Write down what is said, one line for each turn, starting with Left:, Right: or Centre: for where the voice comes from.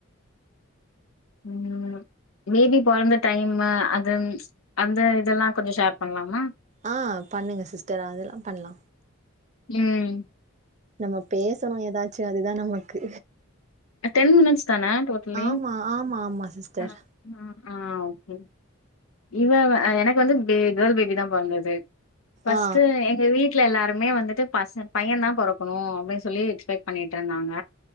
Left: ம் பேபி பொறந்த டைமு அது அந்த இதெல்லா கொஞ்சம் ஷேர் பண்ணலாமா
Right: ஆ பண்ணுங்க சிஸ்டர் அதெல்லா பண்லா
Left: ம்
Right: நம்ம பேசணு ஏதாச்சு அதுதான் நமக்கு
Left: டென் மினிட்ஸ் தான டோட்டலி
Right: ஆமா ஆமா ஆமா சிஸ்டர்
Left: ஆ ஆ ஒகே இவ எனக்கு வந்து கேள் பேபி தான் பொறந்தது ஃபர்ஸ்ட்டு
Right: ஆ
Left: எங்க வீட் வீட்ல எல்லாருமே வந்துட்டு பச பையன் தான் பொறக்கணும் அப்படின்னு சொல்லி எக்ஸ்பெக்ட் பண்ணிட்டு இருந்தாங்க